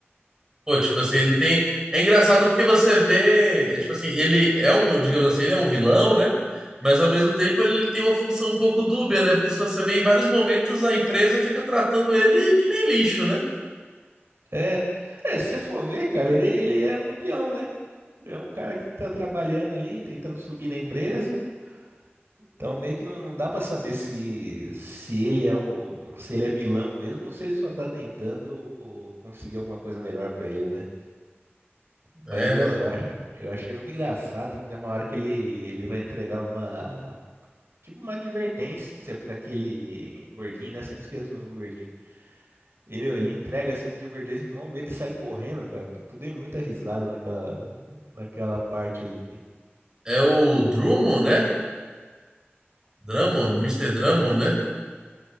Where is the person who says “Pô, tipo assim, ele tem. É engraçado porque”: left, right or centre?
Right